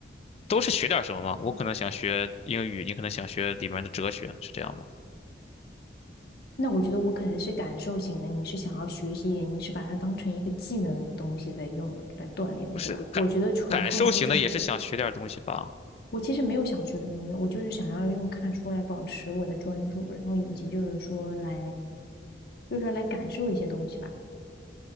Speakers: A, on the left (about 35°); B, on the left (about 60°).
A: 都是学点儿什么吗？我可能想学英语，你可能想学里面的哲学，是这样吗？
B: 那我觉得我可能是感受型的，你是想要学习一点，你是把它当成一个技能东西在用来锻炼的，
A: 不是感感受型的，
B: 对吧？我觉得纯看书就是一种，
A: 也是想学点儿东西吧。
B: 我其实没有想学什么东西，我就是想要用看书来保持我的专注，然后以及就是说来，就是说来感受一些东西吧。